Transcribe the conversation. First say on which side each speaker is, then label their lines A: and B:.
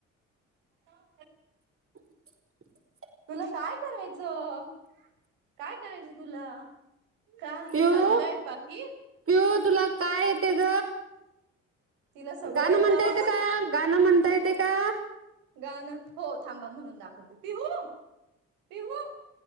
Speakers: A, on the right (about 70°); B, on the right (about 35°).
A: <inaudible>
B: <inaudible>
A: तुला काय करायचं? काय करायचं तुला? काय
B: पिऊ,
A: चाललंय बाकी
B: पिऊ तुला काय येते ग?
A: तिला सगळं
B: गाणं
A: येतं
B: म्हणता येते का? गाणं म्हणता येते का?
A: गाणं हो थांबा म्हणून दाखवते पिहू, पिहू